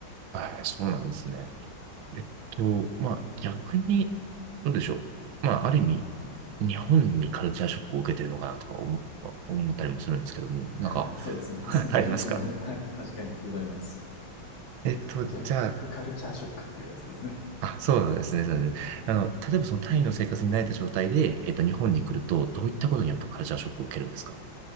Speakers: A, on the right; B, on the left.
A: はい、そうなんですね。
B: え
A: えっと、まあ逆に、どうでしょう。まあある意味、日本にカルチャーショックを受けてるのかなとか思思ったりもするんですけども、
B: <laughs>
A: なんか、
B: そうですね。
A: <laughs>
B: <laughs> そんな感じも、
A: ありますか
B: はい、確かにございます。
A: えっと、
B: 逆、
A: じゃあ、
B: 逆カルチャーショックっていうやつですね。
A: あ、そうなんですね。そうなんですねあの、
B: え
A: 例えばそのタイの生活に慣れた状態で、えっと、日本に来ると、どういったことにやっぱカルチャーショックを受けるんですか